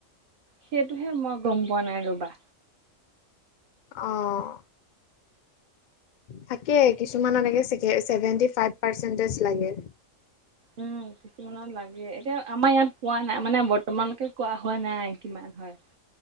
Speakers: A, on the right (about 55°); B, on the left (about 60°).
A: সেইটোহে মই গম পোৱা নাই ৰ'বা।
B: অ'। থাকে, কিছুমানলৈকে চেভেনটি ফাইভ পাৰ্চেনতেজ লাগে।
A: উম। কিমানত লাগে, এতিয়া আমাৰ ইয়াত পোৱা নাই, মানে বৰ্তমানলৈকে কোৱা হোৱা নাই কিমান হয়।